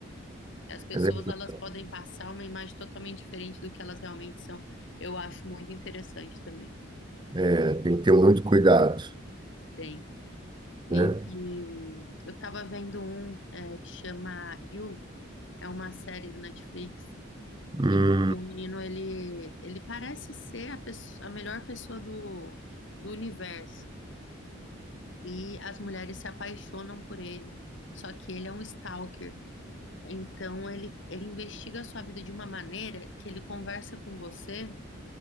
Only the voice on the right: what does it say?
é verdade.
É, tem que ter muito cuidado,
né?
Hum,